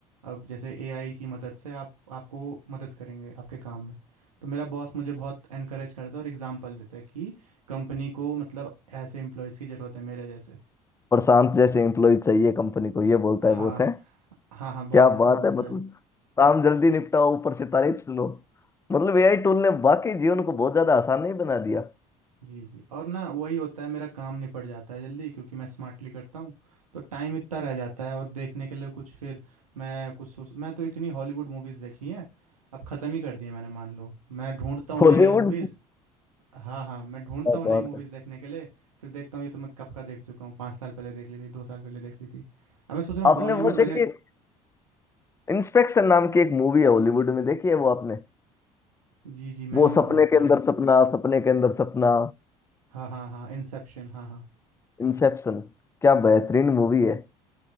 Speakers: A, on the right; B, on the left.
A: अब जैसे एआई की मदद से आप आपको मदद करेंगे आपके काम में तो मेरा बॉस मुझे बहुत एनकरेज करता है और एग्जांपल देता है कि कंपनी को मतलब ऐसे एम्प्लॉयज़ की ज़रूरत है मेरे जैसे
B: प्रशांत जैसे एम्प्लॉय चाहिए कंपनी को ये बोलता
A: हाँ
B: है बॉस है
A: हाँ हाँ बॉस
B: क्या
A: ऐसा
B: बात
A: बोलता
B: है मतलब
A: है
B: काम जल्दी निपटाओ ऊपर से तारीफ सुनो मतलब एआई टूल ने वाकई जीवन को बहुत ज्यादा आसान नहीं बना दिया
A: जी जी और ना वही होता है मेरा काम निपट जाता है जल्दी क्योंकि मैं स्मार्टली करता हूँ तो टाइम इतना रह जाता है और देखने के लिए कुछ फिर मैं कुछ सोच मैं तो इतनी हॉलीवुड मूवीज़ देख ली हैं अब ख़त्म ही कर दी है मैंने मान लो मैं ढूंढता हूँ
B: हॉलीवुड
A: नई नई मूवीज़ हाँ हाँ मैं ढूंढता
B: क्या
A: हूँ नई
B: बात
A: मूवीज़
B: है
A: देखने के लिए फिर देखता हूँ ये तो मैं कब का देख चुका हूँ पाँच साल पहले देख ली थी दो साल पहले देख ली थी अब मैं सोच रहा हूँ
B: आपने
A: बॉलीवुड
B: वो
A: मैंने
B: देखिए इंस्पेक्शन नाम की एक मूवी है हॉलीवुड में देखी है वो आपने
A: जी जी मैंने
B: वो
A: वो
B: सपने
A: देखी
B: के अंदर
A: है
B: सपना सपने के अंदर सपना
A: हाँ हाँ हाँ इंसेप्शन हाँ हाँ
B: इंसेप्शन क्या बेहतरीन मूवी है